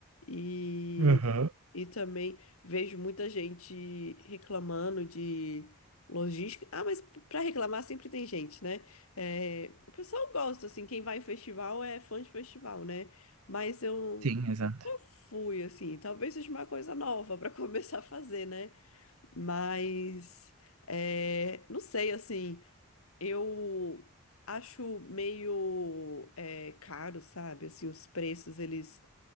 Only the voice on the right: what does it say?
Aham.
Sim, exato.